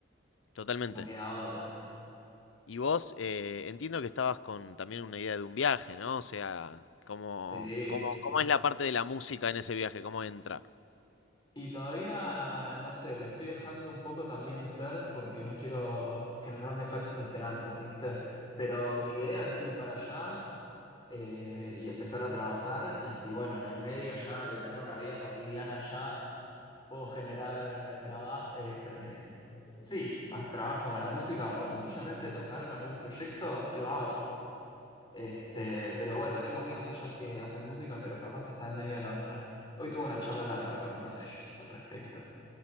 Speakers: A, on the left; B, on the left.
A: Totalmente.
B: No queda otra.
A: Y vos eh, entiendo que estabas con también una idea de un viaje, ¿no? O sea, ¿cómo,
B: Sí.
A: cómo, cómo es la parte de la música en ese viaje? ¿Cómo entra?
B: Y todavía, no sé, lo estoy dejando un poco también ser porque no quiero generarme falsas esperanzas, ¿viste? Pero mi idea es ir para allá eh, y empezar a trabajar y si, bueno, en el medio ya de tener una vida cotidiana ya puedo generar eh, trabajo, eh, tra- eh, sí, más trabajo con la música o sencillamente tocar con algún proyecto, lo hago. Este, pero bueno, tengo amigos allá que hacen música, pero capaz están medio en otra. Hoy tuve una charla larga con uno de ellos al respecto.